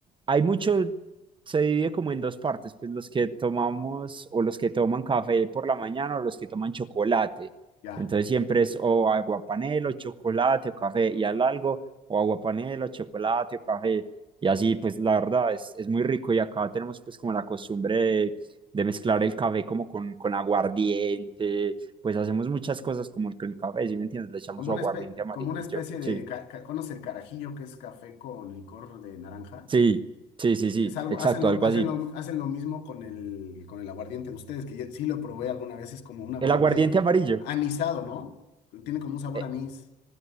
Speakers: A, on the right; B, on the left.
A: Hay mucho, se divide como en dos partes, pues los que tomamos o los que toman café por la mañana o los que toman chocolate.
B: Ya.
A: Entonces siempre es o aguapanelo, chocolate o café y al algo, o aguapanelo, chocolate o café. Y así pues la verdad es, es muy rico y acá tenemos pues como la costumbre de de mezclar el café como con, con aguardiente, pues hacemos muchas cosas como con el café, ¿sí me entiendes? Le echamos
B: Como
A: su
B: una
A: aguardiente
B: espe-
A: amarillo,
B: como una especie
A: sí,
B: de, ca- ca- ¿conoce el carajillo que es café con licor de naranja?
A: sí, sí, sí, sí,
B: Es algo,
A: exacto,
B: hacen lo,
A: algo
B: hacen
A: así.
B: lo- hacen lo mismo con el, con el aguardiente de ustedes, que ya- sí lo probé alguna vez, es como un aguardiente
A: El aguardiente amarillo,
B: anisado, ¿no? Que Tiene como un sabor
A: eh,
B: anís.